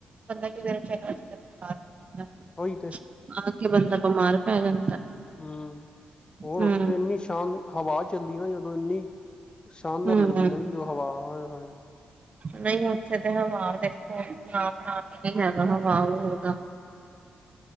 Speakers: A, on the right; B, on the left.
A: ਬੰਦਾ ਕਿਦਰੇ ਚਲਾ ਜੇ ਤੇ ਬੁਖਾਰ <unintelligible>
B: ਉਈ ਤੇ
A: ਆ ਕੇ ਬੰਦਾ ਬਮਾਰ ਪੈ ਜਾਂਦਾ।
B: ਹੁੰ ਹੋਰ
A: ਹੂੰ।
B: ਓਥੇ ਇੰਨੀ ਸ਼ਾਨ ਹਵਾ ਚੱਲਦੀ ਨਾ ਜਦੋ ਇੰਨੀ ਸ਼ਾਨਦਾਰ
A: ਹੂੰ
B: ਲੱਗਦੀ ਨਾ ਜੀ ਓ ਹਵਾ ਓਏ ਹੋਏ।
A: ਨਈ ਓਥੇ ਤੇ ਹਵਾ ਦੇਖੋ ਏਨਾ ਖਾਸ ਨੀ ਹੈਗਾ ਹਵਾ ਹੋਰਦਾ।